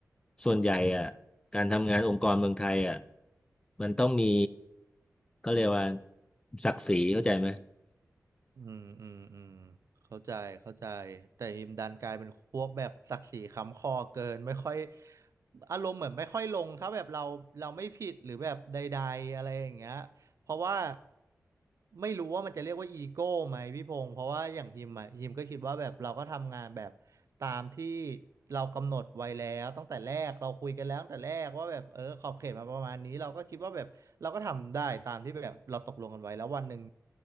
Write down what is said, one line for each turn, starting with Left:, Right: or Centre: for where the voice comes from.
Left: ส่วนใหญ่อะการทำงานองค์กรเมืองไทยอะมันต้องมีก็เรียกว่าศักดิ์ศรีเข้าใจไหม
Right: อืมอืมอืมเข้าใจเข้าใจแต่อิมดันกลายเป็นพวกแบบศักดิ์ศรีค้ำคอเกินไม่ค่อยอารมณ์เหมือนไม่ค่อยลงถ้าแบบเราเราไม่ผิดหรือแบบใดๆอะไรอย่างเงี้ย เพราะว่าไม่รู้ว่ามันจะเรียกว่าอีโก้ไหมพี่พงศ์เพราะว่าอย่างฮิมอะฮิมก็คิดว่าแบบเราก็ทำงานแบบตามที่เรากำหนดไว้แล้วตั้งแต่แรกเราคุยกันแล้วตั้งแต่แรกว่าแบบเออขอบเขตมาประมาณนี้เราก็คิดว่าแบบเราก็ทำได้ตามที่แบบเราตกลงกันไว้แล้ววันหนึ่ง